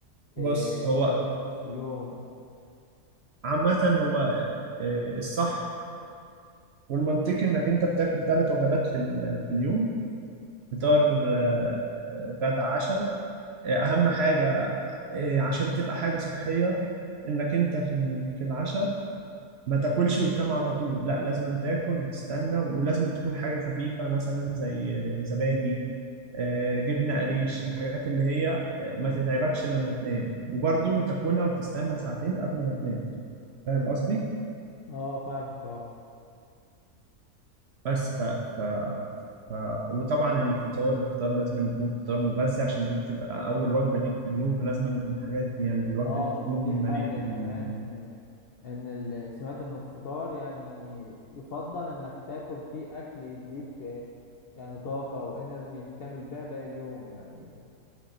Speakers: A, on the left (about 65°); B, on the right (about 60°).
A: آه،
B: بص هو
A: ياكل في نص اليوم
B: عامة هو آه، الصح والمنطقي انك انت بتاكل ثلاث وجبات في ال- في اليوم فطار آه، آه، غدا عشاء آه، اهم حاجه آه، عشان تبقى حاجه صحيه انك انت في ال- في العشاء ما تاكلش وتنام على طول لا لازم تاكل وتستنى ولازم تكون حاجه خفيفه مثلا زي آه، زبادي آه، جبنه قريش الحاجات اللي هي آه، ما تتعبكش لما تنام وبرضه تاكلها وتستنى ساعتين قبل ما تنام فاهم قصدي
A: اه فاهمك اه
B: بس ف... ف... ف... وطبعا الفطار الفطار لازم يكون فطار مغذي عشان دي بتبقى اول وجبه ليك في اليوم فلازم الحاجات دي يعني الوجبه
A: اه
B: دي تكون
A: في حاجة
B: مليئه بال...
A: كمان آه، ان ال- سمعت ان الفطار يعني يفضل انك تاكل فيه اكل يديك آه، يعني طاقة وانرجي تكمل بيها باقي اليوم يعني